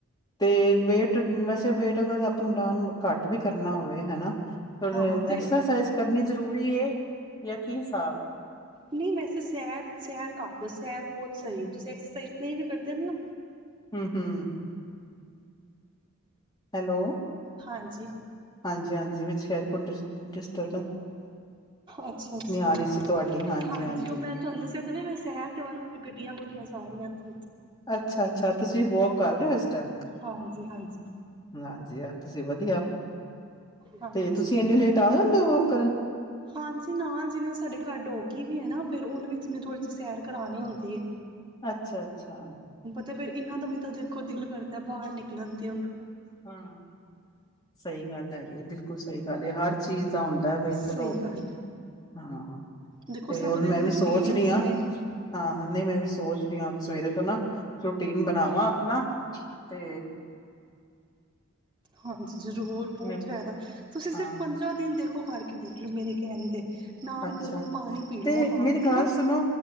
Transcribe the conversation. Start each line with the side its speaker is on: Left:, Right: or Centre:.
Left: ਤੇ ਵੇਟ ਵੈਸੇ ਵੇਟ ਅਗ ਆਪ ਨੂੰ ਡਨ ਘੱਟ ਵੀ ਕਰਨਾ ਹੋਵੇ ਹਨਾ ੜ
Right: ਹਾਂ ਤੇ
Left: ਐਕਸਰਸਾਈਜ਼ ਕਰਨੀ ਜ਼ਰੂਰੀ ਯ ਕੀ ਹਿਸਾਬ
Right: ਨਹੀਂ ਵੈਸੇ ਸੈਰ ਸੈਰ ਕਰ ਲਓ ਸੈਰ ਬਹੁਤ ਸਹੀ ਹੈ ਤੁਸੀਂ ਐਕਸਰਸਾਈਜ਼ ਨਹੀਂ ਵੀ ਕਰਦੇ ਨਾ
Left: ਹਮ ਹਮ ਹੈਲੋ
Right: ਹਾਂਜੀ
Left: ਹਾਂਜੀ ਹਾਂਜੀ ਵਿੱਚ ਸ਼ਾਇਦ ਕੁਡ ਜਿਸ ਤ
Right: ਅੱਛਾ ਅੱਛਾ
Left: ਆ ਰਹੀ ਸੀ ਤੁਹਾਡੀ ਹਾਂਜੀ-ਹਾਂਜੀ।
Right: ਹਾਂਜੀ ਉਹ ਮੈਂ ਤੁਹਾਨੂੰ ਦੱਸਿਆ ਤਵੇ ਮੈਂ ਸ਼ਹਿਰ ਤੇ ਵਾਂ ਨਾ ਫਿਰ ਗੱਡੀਆਂ ਗੁੱਡੀਆਂ ਸਾਰੀਆਂ ਥ
Left: ਅੱਛਾ ਅੱਛਾ ਤੁਸੀਂ ਵੋਕ ਕਰ ਰਹੇ ਹੋ
Right: ਹਾਂਜੀ ਹਾਂਜੀ
Left: ਹਜੀ ਆ ਤੁਸੀਂ ਵਧੀਆ
Right: ਹਾਂਜੀ
Left: ਤੇ ਤੁਸੀਂ ਇੰਨੇ ਲੇਟ ਆ ਜਾਂਦੇ ਹੋ ਕਰਨ
Right: ਹਾਂਜੀ ਨਾ ਜਿਵੇਂ ਸਾਡੇ ਘਰ ਡੋਗੀ ਵੀ ਹੈ ਨਾ ਫ਼ਿਰ ਉਹਨੂੰ ਵੀ ਥੋੜੀ ਜਿਹੀ ਸੈਰ ਕਰਾਉਣੀ ਆੁੰਂਦੀ ਹੈ
Left: ਅੱਛਾ ਅੱਛਾ
Right: ਅਤੇ ਫਿਰ ਇਹਨਾਂ ਦਾ ਵੀ ਤਾਂ ਦੇਖੋ ਦਿਲ ਕਰਦਾ ਬਾਹਰ ਨਿਕਲਣ ਦੀ
Left: ਹਾਂ ਸਹੀ ਗੱਲ ਹੈਗੀ ਹੈ ਬਿਲਕੁਲ ਸਹੀ ਗੱਲ ਹੈ ਹਰ ਹਰ ਚੀਜ਼ ਦਾ ਹੁੰਦਾ ਬ
Right: ਸਹੀ
Left: ਚਲੋ
Right: ਗੱਲ
Left: ਹਾਂ
Right: ਦੇਖੋ
Left: ਤੇ
Right: ਸਭ
Left: ਹੁਣ
Right: ਦੇ
Left: ਮੈਂ
Right: ਅੰਦਰ
Left: ਵੀ ਸੋਚ
Right: ਫੀਲਿੰਗਸ
Left: ਰਹੀ ਹਾਂ
Right: ਨੇ
Left: ਹਾਂ ਨਹੀਂ ਮੈਂ ਵੀ ਸੋਚ ਰਹੀ ਹ ਹੁਣ ਸਵੇਰੇ ਤੋਂ ਨਾ ਰੂਟੀਨ ਬਣਾਵਾਂ ਆਪਣਾ ਤੇ
Right: ਹਾਂਜੀ ਜ਼ਰੂਰ ਬਹੁਤ
Left: ਮੈਂ
Right: ਫ਼ਾਇਦਾ ਤੁਸੀਂ ਸਿਰਫ
Left: ਹਾਂ
Right: ਪੰਦਰਾਂ ਦਿਨ ਦੇਖੋ ਕਰ ਦੇਖਲ ਮੇਰੇ ਕਹਿਣ ਤੇ ਨਾਲ
Left: ਅੱਛਾ
Right: ਗਰਮ ਪਾਣੀ ਪੀ ਲਓ
Left: ਤੇ
Right: ਆ
Left: ਮੇਰੀ
Right: ਕੇ
Left: ਗੱਲ
Right: ਨਾ
Left: ਸੁਣੋ